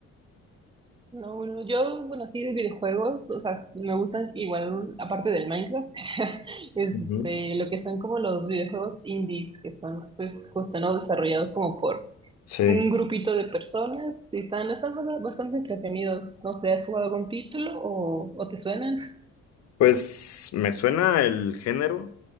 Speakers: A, on the right (about 15°); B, on the left (about 60°).
A: No, bueno yo, bueno, sí de videojuegos, o sea, s- me gustan igual, aparte del Minecraft, <laughs> este,
B: Ujú.
A: lo que son como los videojuegos indies, que son pues justo, ¿no? Desarrollados como por
B: Sí,
A: un grupito de personas y están, están bast- bastante entretenidos. No sé, ¿has jugado algún título o, o te suenan? <laughs>
B: pues me suena el género,